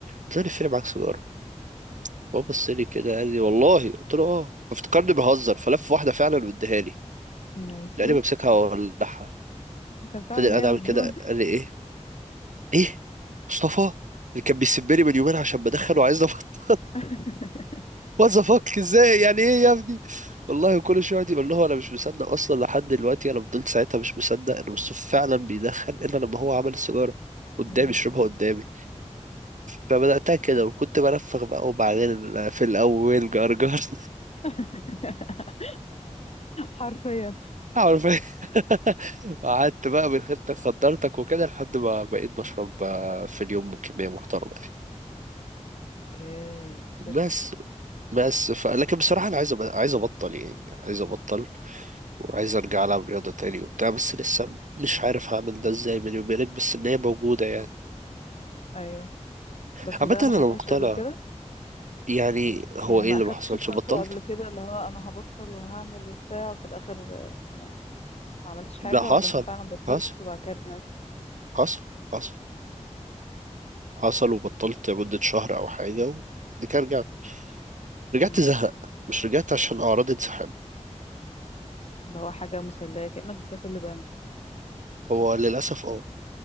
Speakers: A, on the right (about 85°); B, on the left (about 60°).
A: قلت له لفني معاك سيجارة هو بص لي كده قال لي والله قلت له اه فافتكرني بهزر فلف واحدة فعلا واداها لي
B: ماشي
A: لاني بمسكها واولعها
B: أنت بتعمل
A: فضل قاعد
B: إيه يا
A: عامل
B: مجنون
A: كده قال لي ايه ايه مصطفى اللي كان بيسبني من يومين عشان بدخله عايز نبط
B: <laughs>
A: وات ذا فاك ازاي يعني ايه يا ابني والله كل شويه يقعد يقول له انا مش مصدق اصلا لحد دلوقتي انا فضلت ساعتها مش مصدق ان مصطفى فعلا بيدخن الا لما هو عمل السيجاره قدامي
B: يا لهوي
A: شربها قدامي فبدأتها كده وكنت بنفخ بقى وبعدين في الأول جرجر <laughs>
B: <laughs> حرفيا
A: عارف <laughs> وقعدت بقى من غير تخدرتك وكده لحد ما بقيت بشرب آه، في اليوم كمية محترمة
B: اوكي شت
A: بس بس ف... لكن بصراحة أنا عايز أب... عايز أبطل يعني عاز أبطل وعايز أرجع ألعب رياضة تاني وبتاع بس لسه مش عارف هعمل ده إزاي بيني وبينك بس إن هي موجودة يعني
B: ايوه بس
A: عامة
B: ده
A: أنا
B: ما حصلش
A: مقتنع
B: قبل كده
A: يعني هو
B: يعني
A: إيه
B: ما
A: اللي
B: اخدتش
A: ما حصلش
B: الخطوة
A: بطلت؟
B: قبل كده اللي هو انا هبطل وهعمل وبتاع وفي الاخر آه، ما, ما عملتش حاجة
A: لا حصل
B: ولا انت فعلا بطلت
A: حصل
B: وبعد كده رجعت
A: حصل حصل حصل وبطلت مدة شهر أو حاجة وبعد كده رجعت رجعت
B: مم.
A: زهق مش رجعت عشان أعراض انسحاب
B: اللي هو حاجة مسلية كأنك بتاكل لبانة
A: هو للأسف أه